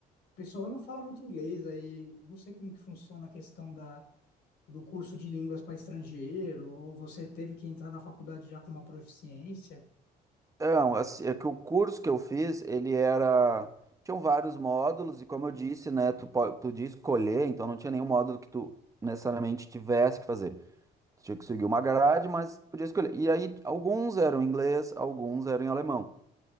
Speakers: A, on the left; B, on the right.
A: o pessoal não fala muito inglês aí. Eu não sei como que funciona a questão da, do curso de línguas para estrangeiro. Ou você teve que entrar na faculdade já com uma proficiência?
B: Não, assim, é que o curso que eu fiz, ele era, tinham vários módulos, e como eu disse, né, tu po- podia escolher, então não tinha nenhum módulo que tu necessariamente tivesse que fazer. Tinha que seguir uma grade, mas podia escolher. E aí, alguns eram em inglês, alguns eram em alemão.